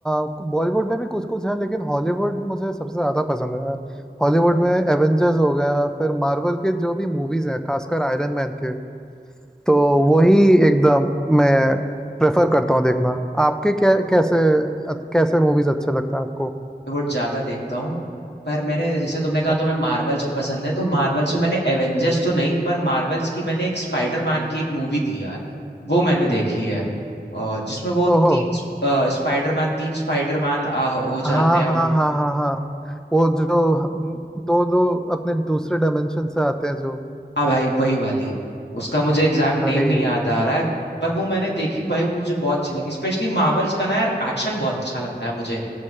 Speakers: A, in the centre; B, on the left (about 75°).
A: अ, बॉलीवुड में भी कुछ कुछ है लेकिन हॉलीवुड मुझे सबसे ज़्यादा पसंद है यार हॉलीवुड में एवेंजर्स हो गया फिर मार्वल के जो भी मूवीज़ हैं खासकर आयरन मैन के तो वही एकदम मैं प्रेफर करता हूँ देखना आपके क्या कैसे कैसे मूवीज़ अच्छे लगते हैं आपको
B: बॉलीवुड ज्यादा देखता हूँ पर मैंने जैसे तुमने कहा
A: अच्छा
B: तुम्हें मार्वल्स भी पसंद है तो मार्वल्स में मैंने एवेंजर्स तो नहीं पर मार्वल्स की मैंने एक स्पाइडरमैन की एक मूवी थी यार वो मैंने देखी है और जिसमें वो
A: ओहो
B: तीन स्पाइडरमैन तीन स्पाइडरमैन हो जाते
A: हाँ
B: हैं
A: हाँ हाँ हाँ हाँ वो जो दो दो अपने दूसरे डायमेंशन से आते हैं जो
B: हाँ भाई वही वाली उसका मुझे एग्जैक्ट
A: अरे
B: नेम नहीं याद आ रहा है पर वो मैंने देखी भाई वो मुझे बहुत अच्छी लगी स्पेशली मार्वल्स का ना यार एक्शन बहुत अच्छा लगता है मुझे